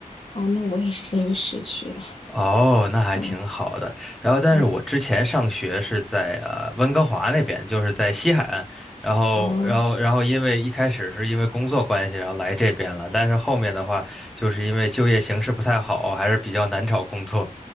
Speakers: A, on the left; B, in the centre.
A: 啊，那我也是这个时区的，
B: 哦，那还挺好的。
A: 嗯
B: 然后，但是我之前上学是在呃温哥华那边，
A: 嗯，
B: 就是在西海岸。然后，
A: 哦，
B: 然后，然后因为一开始是因为工作关系，然后来这边了。但是后面的话，就是因为就业形势不太好，还是比较难找工作。